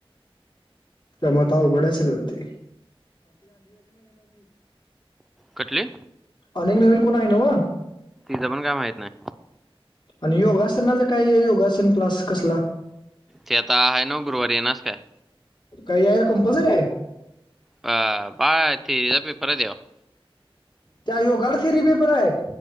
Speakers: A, on the left; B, in the centre.
A: त्यामुळं आता अवघडाय सगळं ते.
B: कुठली
A: अनेक नवीन कोण हाय न वा?
B: तिचं पण काय माहित नाही
A: आणि योगासनाच काय हे योगासन क्लास कसला?
B: ते आता आहे न व गुरुवारी येणारेस काय?
A: काय यार कंपल्सरी हाय?
B: आ बाळ ते हेचा पेपर हाय त्यावर
A: त्या योगाड थेरी पेपर हाय?